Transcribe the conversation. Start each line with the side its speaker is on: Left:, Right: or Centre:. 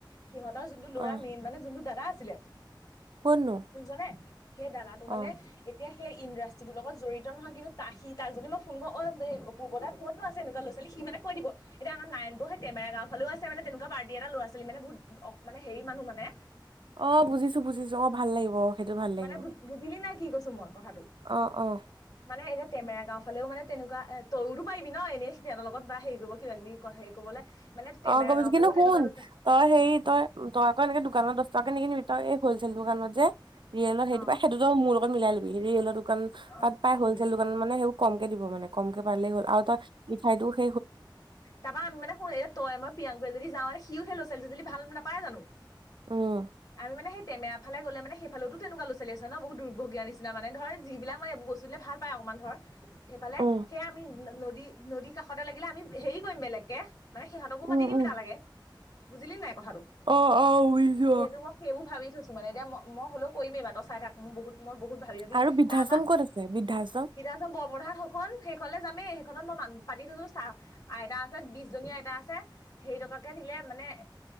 Left: সিহঁতৰোনটো ল'ৰা
Right: অ
Left: মেইন মানে যোনটো দাদা আছে চিলে
Right: ক'তনো
Left: শুনছানে সেই দাদাটো
Right: অ
Left: মানে এতিয়া সেই ইণ্ডাষ্ট্ৰিৰ লগ জড়িত নহয় কিন্তু ত সি তাক যদি মই ফোন কৰ অল এই পূৰ্বত কত আছে এনেুৱ লৰা ছোৱাল সি মানে দ এতিয়া আমাৰ নাইনটো সটমে গাঁও ফালও আছে মানে তেনেুৱা এটা ল'ৰা ছোৱালী মানে বহুত অ মানে হেৰি মানুহ মানে
Right: অ বুজিছো বুজিছো অ ভাল লাগিব সেইটো ভাল লাগিব
Left: মানে বুজিলি নাই কি কৈছো মই কথাটো
Right: অ অ
Left: মানে এতিয়া টমেৰা গাঁও ফালেও মানে তেনেকোৱা এ তও পাৰি ন এনে সিহতৰ লগত হেৰি কৰিব কিবা কিবি ক হেৰি কৰিবলে মানে টেমেৰা
Right: অ গম পাইছোঁ
Left: গাঁও ফালেও
Right: কিন্তু শুন
Left: তেনেকুৱা লৈছে
Right: তই হেৰি তই তই অই এনেক দোকান দহ টকাে কিনিবি তই এই হলছেল দোকানত যে ৰিয়েলৰ
Left: অ
Right: সেইটো সেইটোতো মোৰ লগত মিলাই ল'বি ৰিয়েলৰ দোকান
Left: অ
Right: তাত পাই
Left: সেইটো
Right: হ'লচেল দোকান মানে সেইবোৰ কম দিব মানে কমকে পাৰিলেই হ'ল আৰু তই মিঠাইতো খ
Left: তাৰমান মানে শু তই মই প্ৰিয়ংক এ যদি যা মানে সিও খেলো ছোৱালী যদি ভাল নাপায় জানো
Right: উম
Left: আৰু মানে সেই টমেৰা ফালে গ'লে মানেেইালেতো তেনেুৱা ল' ছোৱালী আছে ন বহুত দুৰ্ভগীয়া নিচিনা মানে ধৰ যিবিলাক মানে বস্তু দে ভাল পায় অকণমান ধৰ স এইফালে
Right: উম
Left: সে আমি নদী নদীৰ কাষতে লাগিলে আমি হেৰি কৰিম বেলেগকে মানে সিহঁতকো
Right: উম
Left: মাতি দিম
Right: উম
Left: তালাগে বুজিলিে নাই কথাটো
Right: অ অ বুজিছো
Left: সেইটো
Right: অ
Left: মই সেইবোৰ ভাবি থৈছো মানে এতিয়া মই মই হ'লেও কৰিমেই বাটৰ চাই থাক মোৰ বহুত মই বহত ভাবি বাবি
Right: আৰু বৃদ্ধাশ্ৰম
Left: তাৰ পৰা
Right: ক'ত আছে বৃদ্ধাশ্ৰম
Left: বিৰা বঢ়াত সখন শেষলে য সেইখনত মই মান পাতি থৈছো চাহ আ বিশজনীয়া এটা আছে সেই টকাকে দিলে মানে এ